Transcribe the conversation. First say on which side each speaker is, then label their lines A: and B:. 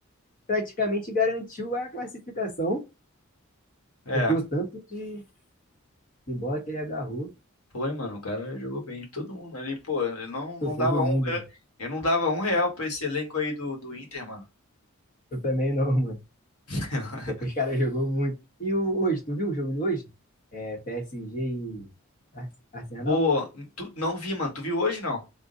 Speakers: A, on the left (about 40°); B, on the left (about 90°).
A: praticamente garantiu a classificação
B: É,
A: Porque o tanto de, de bola que ele agarrou,
B: foi, mano. O cara jogou bem. Todo mundo ali, pô, eu não, não
A: pô, todo
B: dava um.
A: mundo.
B: Eu, eu não dava um real pra esse elenco aí do, do Inter, mano.
A: Eu também não, <laughs> mano.
B: <laughs>
A: Os caras jogou muito. E o, hoje, tu viu o jogo de hoje? É PSG e Ar- Arsenal?
B: Pô, tu não vi, mano. Tu viu hoje, não?